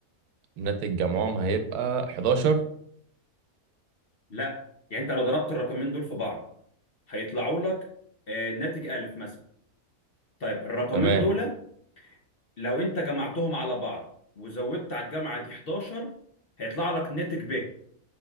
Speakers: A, on the right; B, on the left.
A: ناتج جمعهم هيبقى 11
B: لا يعني انت لو ضربت الرقمين دول في بعض هيطلعوا لك آه، ناتج ألف مثلا طيب الرقمين
A: تمام
B: دول لو أنت جمعتهم على بعض وزودت على الجامعة دي 11 هيطلع لك ناتج ب